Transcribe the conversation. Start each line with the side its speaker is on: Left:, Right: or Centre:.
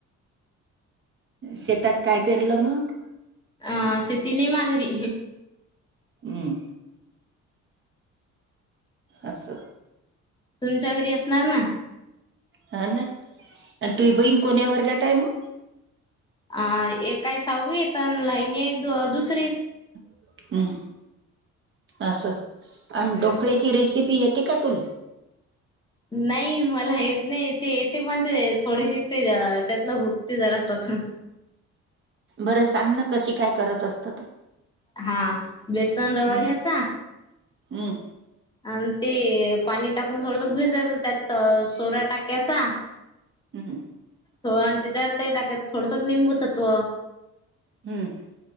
Right: शेतात काय पेरलं मग
Left: अ शेती नाही मागरी
Right: हम्म. अस
Left: तुमच्या घरी असणार ना
Right: हा ना. आणि तु बन कोण्या वर्गात आहे म.
Left: अ ए काय सहावीेत आणि लहिनी एक द दुसरी.
Right: हम्म अस आणि
Left: हम्म
Right: डोकळेची रेसिपी. पी येते काय तुला.
Left: नाही मला येत नाही ते येते पण ते थोडे शिकते त्यातलं हुकते जरा स्वतः. ह.
Right: बरं सांग ना कशी काय करत असत तर.
Left: हा बेसन रवा
Right: हम्म
Left: घ्याचा.
Right: हम्म.
Left: आणि ते पाणी टाकून थोडस भुज जायचं त्यात सोडा टाक्याचा.
Right: हम्म.
Left: थोड आणि त्याच्यावर ते टाकत थोडस निंबूसत्व.
Right: हम्म.